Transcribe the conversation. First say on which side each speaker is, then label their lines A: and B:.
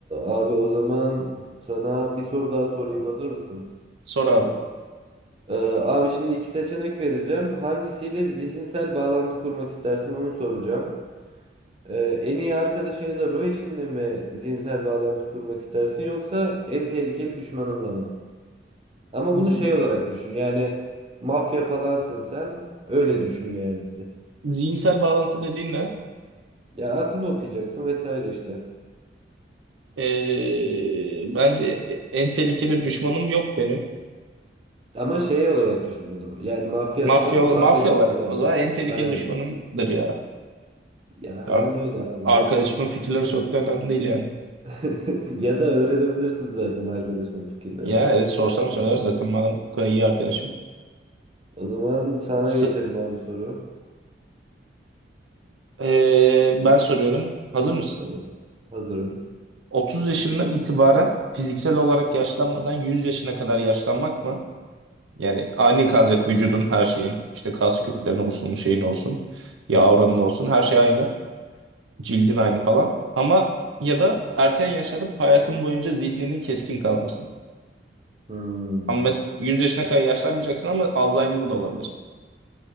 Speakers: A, on the right; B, on the right.
A: abi o zaman sana bir soru daha sorayım. Hazır mısın?
B: Sor abi.
A: Ee, abi şimdi iki seçenek vereceğim. Hangisiyle zihinsel bağlantı kurmak istersin onu soracağım. Ee, en iyi arkadaşın ya da ruh eşinle mi zihinsel bağlantı kurmak istersin yoksa en tehlikeli düşmanınla mı? Ama
B: Z-
A: bunu şey olarak düşün. Yani mafya falansın sen. Öyle düşün yani.
B: zihinsel bağlantı dediğin ne?
A: Ya aklını okuyacaksın vesaire işte.
B: Ee, bence en tehlikeli düşmanım yok benim.
A: Ama şey olarak düşün bunu. Yani mafyasın,
B: Mafya,
A: mafyatik
B: mafya olarak
A: bir adamsın.
B: o zaman en tehlikeli
A: Aynen.
B: düşmanımdır ya.
A: Ya aynen
B: Ar-
A: öyle abi.
B: Arkadaşımın fikirleri çok da önemli değil yani.
A: <laughs> Ya da öğrenebilirsin zaten arkadaşının fikirlerini
B: Ya e, sorsam
A: bir şekilde.
B: söyler zaten madem bu kadar iyi arkadaşım.
A: O zaman sana
B: S-
A: geçelim abi soru.
B: ee, ben soruyorum. Hazır mısın?
A: Tamam. Hazırım.
B: 30 yaşından itibaren fiziksel olarak yaşlanmadan 100 yaşına kadar yaşlanmak mı? Yani aynı kalacak vücudun her şeyin. işte kas
A: Hı
B: kütlen
A: hı.
B: olsun, şeyin olsun, yağ oranın olsun. Her şey aynı. Cildin aynı falan. Ama ya da erken yaşlanıp hayatın boyunca zihninin keskin kalmasın.
A: Hmm.
B: Ama mes- 100 yaşına kadar yaşlanmayacaksın ama Alzheimer da olabilirsin.